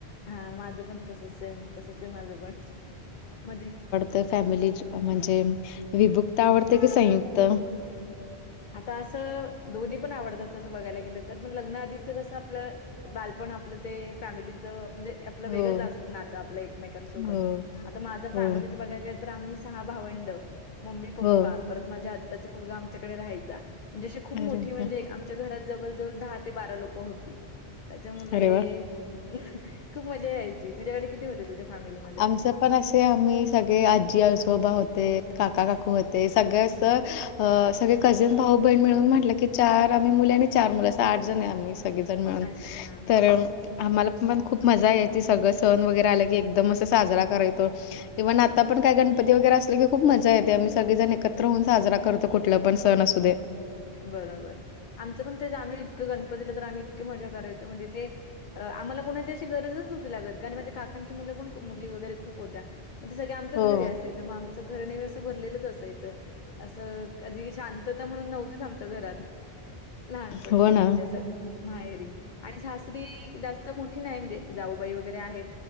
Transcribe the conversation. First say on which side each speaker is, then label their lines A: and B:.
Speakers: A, on the left; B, on the left.
A: हा माझं पण तसच सेम आहे तसंच आहे माझं पण म्हणजे
B: त फॅमिली म्हणजे विभुक्त आवडते की संयुक्त?
A: आता असं दोन्ही पण आवडतात तसं बघायला गेलं तर पण लग्न आधीचं कसं आपलं बालपण आपलं ते फॅमिलीच म्हणजे आप
B: हो
A: वेगंच असतं नातं आ आपल एकमेकांसोबत
B: हो
A: आता माझ्या
B: हो
A: फॅमिलीच बघाय तर आम्ही सहा भावंड मम्मी पप्पा
B: हो
A: परत माझ्या आत्ताचा मुलगा आमच्याकडे राहायचा म्हणजे अशी खूप
B: अरे
A: मोठी म्हणजे
B: वा,
A: आमच्या घरात जवळ जवळ दहा ते बारा लोक होती. त्याच्यामुळे
B: अरे वा!
A: लय खूप मजा यायची तुझ्याकडे किती होते? तुझ्या फॅमिलीमध्ये?
B: आमचं पण असे आम्ही सगळे आजी आजोबा होते काका काकू होते सगळे अस अ सगळे कझन भाऊ बहीण मिळून म्हटलं की चार आम्ही मुले आणि चार मुलं असं आठ जण आहे आम्ही सगजण मिळून
A: अच्छा.
B: तर आम्हाला पण खूप मजा य ती सगळं सण वगैरे आलं की एकदमच. साजरा करायतो. इव्हन आता काय गणपती वगैर असले की खूप मजा येते आम्ही सगळे जण एकत्र होऊन साजरा करतो कुठ कुठला पण सण असू दे.
A: बरोबर आमचं पण तेच आम्ही इतकं गणपतीला तर आम्ही इतककी मज करायचो म्हणजे ते आम्हाला कोणा शी गरजच नव्हती लागत ग आणि माझ्या काकांची मुलं पण मुली वगैरे खूप होत्या मग ते सगळे आमच्याच
B: हो.
A: घरी असाय मग आमचं घर नेहमी असं भरलेलंच असायचं असं कधी शांतता म्हणून नव्ह तीच आमच्या घरात लहानपणी
B: हो
A: तरी
B: ना
A: म्हणजे असं माहेरी आणि सासरी जास्त मोठी नाही म्हणजे जाऊबाई वगैरे आहेत